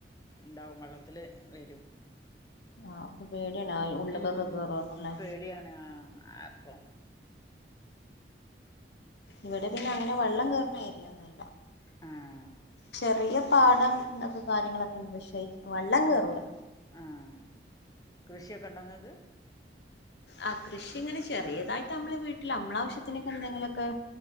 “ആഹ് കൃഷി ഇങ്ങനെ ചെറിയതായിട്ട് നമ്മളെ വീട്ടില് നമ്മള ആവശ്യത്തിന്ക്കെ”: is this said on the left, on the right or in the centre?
Left